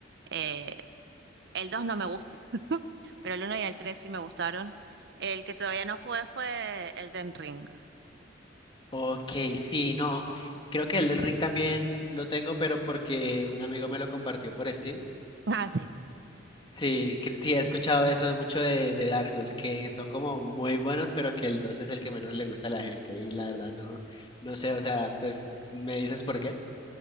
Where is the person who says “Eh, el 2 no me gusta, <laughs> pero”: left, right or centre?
Right